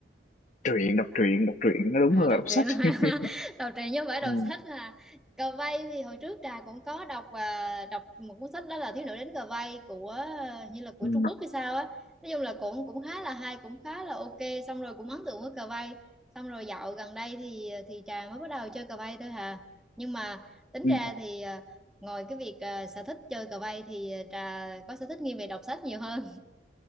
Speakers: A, on the left (about 40°); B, in the centre.
A: truyện đọc truyện đọc truyện nó đúng
B: À,
A: hơn
B: đọc
A: là đọc
B: truyện
A: sách
B: mà
A: <laughs>
B: <laughs> đọc truyện chứ không phải đọc
A: ừ,
B: sách à. Cờ vây thì hồi trước Trà cũng có đọc và đọc một cuốn sách đó là Thiếu nữ đến cờ vây của ờ, như là của
A: ừ,
B: Trung Quốc hay sao á. Nói chung là cũng cũng khá là hay, cũng khá là ok. Xong rồi cũng ấn tượng với cờ vây. Xong rồi dạo gần đây thì thì Trà mới bắt đầu chơi cờ vây thôi hà. Nhưng mà tính
A: ừ.
B: ra thì ờ, ngoài cái việc ờ, sở thích chơi cờ vây thì à, Trà có sở thích nghiêng về đọc sách nhiều hơn.